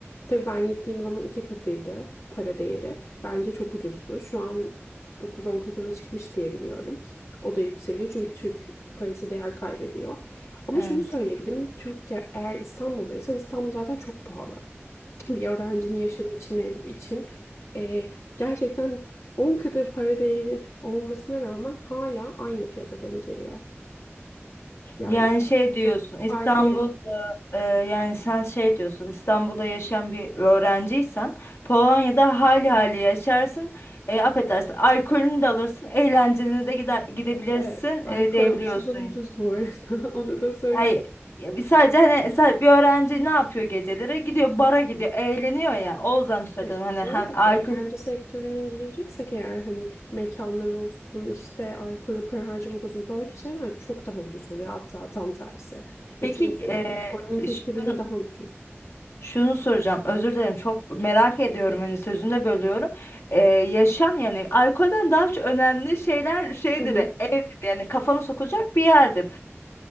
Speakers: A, on the left; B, on the left.
A: Tabii ben gittiğim zaman iki katıydı para değeri. Bence çok ucuzdu. Şu an dokuz on katına çıkmış diye biliyorum. O da yükseliyor çünkü Türk parası değer kaybediyor. Ama
B: Evet.
A: şunu söyleyebilirim. Türk ya- eğer İstanbul'daysan İstanbul zaten çok pahalı. Bir öğrencinin yaşamı için, ev için eee, gerçekten 10 katı para değeri olmasına rağmen hala aynı fiyata denk geliyor. Yani
B: Yani şey diyorsun
A: çok
B: İstanbul'da
A: farkı yok.
B: e, yani sen şey diyorsun İstanbul'da yaşayan bir öğrenciysen Polonya'da hali hali yaşarsın. E, affedersin alkolünü de alırsın eğlencene de gider, gidebilirsin
A: Evet, alkol
B: e, diyebiliyorsun.
A: su da ucuz bu arada. <laughs> Onu da söyleyeyim.
B: Hayır ya sadece hani sa- bir öğrenci ne yapıyor geceleri gidiyor bara gidiyor eğleniyor ya o yüzden söyledim
A: Evet.
B: hani
A: Bu
B: hem
A: arada
B: alkol.
A: eğlence sektörüne gireceksek eğer hani mekanlar olsun işte alkole para harcamak olsun böyle şeyler çok daha ucuz oluyor hatta tam tersi.
B: Peki
A: E çünkü
B: e,
A: oranın kültüründe
B: şunu,
A: daha ucuz.
B: Şunu soracağım. Özür dilerim. Çok merak ediyorum.
A: Evet.
B: Hani sözünde bölüyorum. Ee, yaşam yani alkolden daha çok önemli şeyler şeydir.
A: Hı hı.
B: Evdir yani kafanı sokacak bir yerdir.